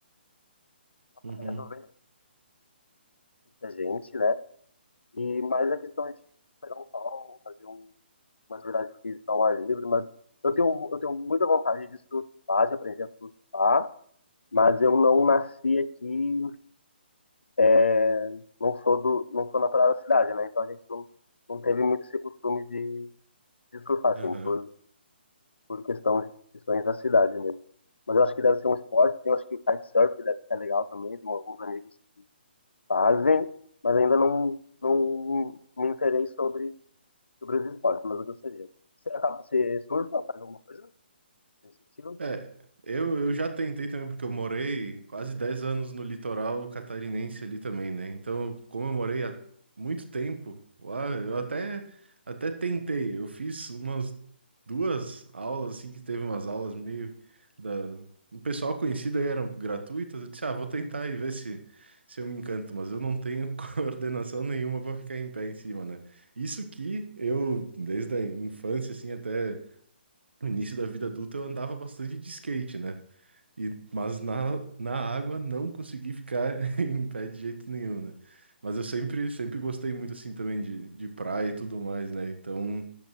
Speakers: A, on the left; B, on the right.
A: na praia,
B: Uhum.
A: eu vejo muita gente, né? E mais a questão de pegar um sol, fazer um, uma atividade física ao ar livre, mas eu tenho, eu tenho muita vontade de surfar, de aprender a surfar, mas eu não nasci aqui é, não sou do, não sou natural da cidade, né? Então a gente não, não teve muito esse costume de, de surfar, assim,
B: aham.
A: por, por questão, questões da cidade mesmo. Mas eu acho que deve ser um esporte, eu acho que o kitesurf deve ser legal também, tem alguns amigos que fazem, mas ainda não, não me interei sobre, sobre os esportes, mas eu gostaria. Você, acaba, você surfa, faz alguma coisa nesse estilo?
B: É, eu, eu já tentei também, porque eu morei quase 10 anos no litoral catarinense ali também, né? Então, como eu morei há muito tempo lá, eu até, até tentei. Eu fiz umas duas aulas, assim, que teve umas aulas meio da... O pessoal conhecido aí eram gratuitas. Eu disse, ah, vou tentar e ver se, se eu me encanto, mas eu não tenho <laughs> coordenação nenhuma para ficar em pé em cima, né? Isso que eu, desde a infância, assim, até. No início da vida adulta eu andava bastante de skate, né? E, mas na, na água não consegui ficar <laughs> em pé de jeito nenhum, né? Mas eu sempre, sempre gostei muito assim também de, de praia e tudo mais, né? Então